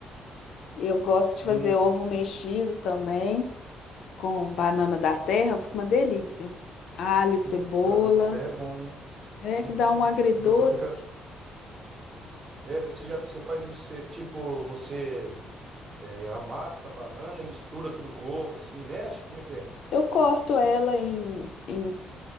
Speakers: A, on the left; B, on the right.
A: Eu gosto
B: Sim,
A: de fazer ovo mexido também, com banana da terra, fica uma delícia. Alho, cebola,
B: Hum, banana da terra é bom, hein?
A: é
B: Hum,
A: que dá um agridoce.
B: fica, fica... É, daí você já você faz mis- é, tipo, você é, amassa a banana e mistura tudo com ovo, assim, mexe, como é que é?
A: Eu corto ela em, em